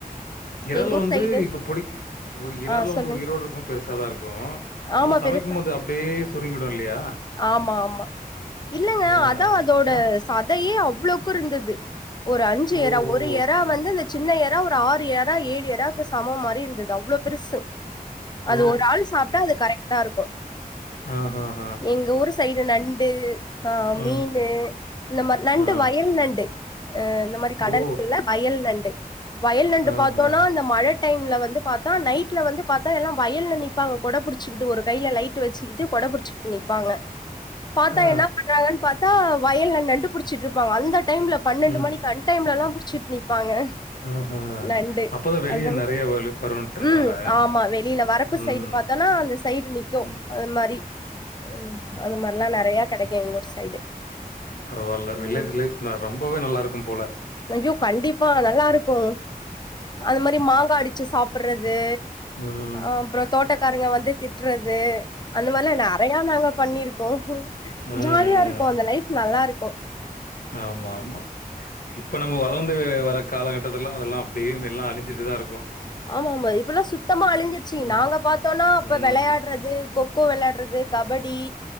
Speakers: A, on the left; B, on the left.
A: இறால
B: எங்க ஊர்
A: வந்து
B: சைடு
A: இப்ப புடிக் ஒரு இறால்
B: ஆ சொல்லுங்
A: வந்து உயிரோடு இருக்கும்போ பெருசா தா இருக்கு.
B: ஆமா
A: ஆனா சமைக்கும்
B: பெருசா
A: போது அப்டியே சுருங்கிடு இல்லையா.
B: ஆமா ஆமா இல்லைங்க
A: ஆ,
B: அதா அதோட
A: ஆ.
B: சதையே அவ்ளோக்கு இருந்தது. ஒரு அஞ்சு
A: ஓ!
B: எறா ஒரு
A: ஓ!
B: எ றா வந்து இந்த சின்ன எறா ஒரு ஆறு எறா ஏழு எறாக்கு சமம் மாரி இருந்தது அவ்ளோ பெருசு அது
A: ஓ!
B: ஒரு ஆள் சாப்ட்டா அது கரெக்ட்டா இருக்கு
A: ஆஹா
B: எங்க ஊரு சைடு நண்டு ஆ
A: ம்.
B: மீனு இந்த மார் நண்டு
A: ஆ.
B: வயல் நண்டு அ இந்த மாரி கடல்
A: ஓ!
B: <inaudible> வயல் நண்டு வயல் நண்டு
A: ஆஹா.
B: பாத்தோனா இந்த மழ டைம்ல வந்து பாத்தா நைட்ல வந்து பாத்தா எல்லா வயல்ல நிப்பாங்க கொட புடிச்சுகிட்டு ஒரு கைல லைட்டு வச்சுக்கிட்டு கொட புடுச்சுக் நிப்பாங்க பாத்தா
A: ஆ.
B: என்னா பண்றாங்கன் பா த்தா வயல்ல நண்டு புடுச்சிட்டு இருப்பாங்க அந்த டைம்ல பன்னெண்டு
A: ம்.
B: மணிக்கு அன்டைம்லலா புடுச்சிட் நிப்பாங்க
A: ஆஹா.
B: நண்டு
A: அப்பதான் வெளிய
B: அந்த
A: நெறைய வலு வரும்ன்றனால.
B: ம் ஆமா வெளில வரப்பு
A: ம்.
B: சைடு பாத் தனா அந்த சைடு நிக்கு
A: ம்.
B: அது மாரி ம் அந்த மார்லா நெறைய கெடைக்கு எங்ஊர் சைடு
A: பரவால்ல
B: ம்
A: வில்லேஜ் லைஃப் ரொம்பவே நல்லா இருக்கும்போல
B: ஐயோ கண்டிப்பா நல்லாருக்கு அது மாரி மாங்கா அடுச்சு சாப்பட்றது
A: ம்.
B: அ அப்றோ தோட்டக்காரங்க வந்து திட்றது. அந்த மாதிரிலா நா ங்க பண்ணிருக்கோ
A: அ, அ.
B: ஜாலியா இருக்கு அந்த லைஃப் நல்லாருக்கு
A: ஆம்மாம்மா இப்ப நம்ம வளந்து வர காலகட்டத்து லா அதெல்லா அப்டியே எல்லா அழஞ்சிட்டுதா இருக்கு
B: ஆமாமா இப்பல்லா சுத்தமா அழிஞ்சிருச்சு
A: ம்.
B: நாங்க பா்த்தோன்னா அப்ப
A: ம்.
B: விளையாட்றது கொக்கோ விளாட்றது கபடி